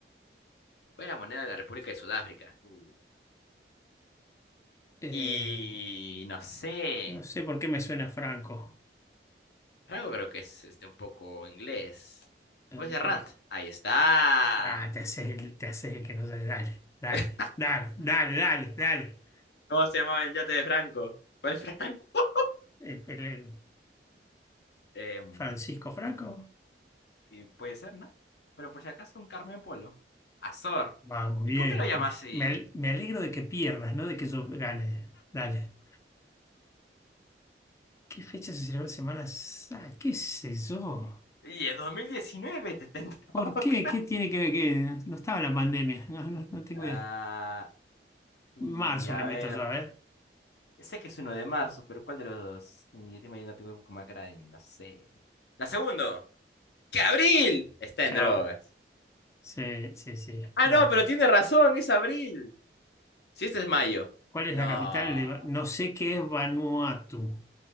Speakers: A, on the left; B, on the left.
A: ¿Cuál es la moneda de la República de Sudáfrica? Uh.
B: Eh,
A: Y no sé.
B: no sé por qué me suena Franco.
A: Franco creo que es este un poco inglés.
B: Eh,
A: Voy a ser
B: Pues...
A: Rand. Ahí está.
B: Ah, te haces el, te haces el que no sabe. Dale, dale,
A: <laughs>
B: dale, dale, dale, dale.
A: ¿Cómo se llamaba el yate de Franco? ¿Cuál Franco?
B: El- el- el
A: Em,
B: Francisco Franco.
A: y puede ser, ¿no? Pero por si acaso un Carmen Polo. Azor.
B: Vamos, bien.
A: ¿Y por qué lo llamas
B: Me,
A: así?
B: me al- me alegro de que pierdas, no de que yo gane. Dale. ¿Qué fecha se celebra Semana Santa? ¿Qué sé yo?
A: Y es 2019, te está en
B: ¿Por
A: toca.
B: qué? ¿Qué tiene
A: <laughs>
B: que ver? que No estaba la pandemia. No, no, no tengo
A: Ah,
B: idea.
A: y
B: Marzo
A: a
B: le meto
A: ver.
B: yo, a ver.
A: Sé que es uno de marzo, pero ¿cuál de los dos? Y estoy mañana tengo con Macrani, no sé. La segunda, que abril está
B: Chao.
A: en drogas.
B: Sí, sí, sí.
A: Ah,
B: Vamos.
A: no, pero tiene razón, es abril. Si este es mayo.
B: ¿Cuál
A: No,
B: es la capital de... Va- No sé qué es Vanuatu.